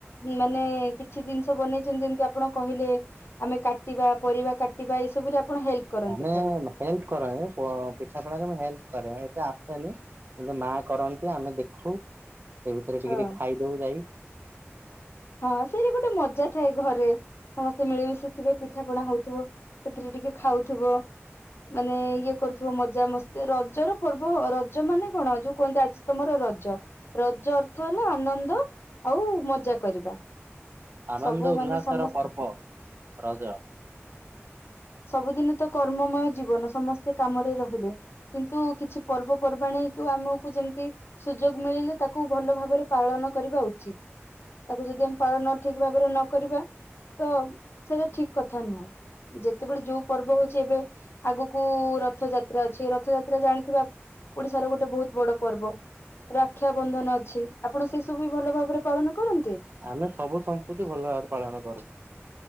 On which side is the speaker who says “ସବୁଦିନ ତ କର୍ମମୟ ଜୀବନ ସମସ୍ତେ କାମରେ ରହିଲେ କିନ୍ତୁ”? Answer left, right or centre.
Left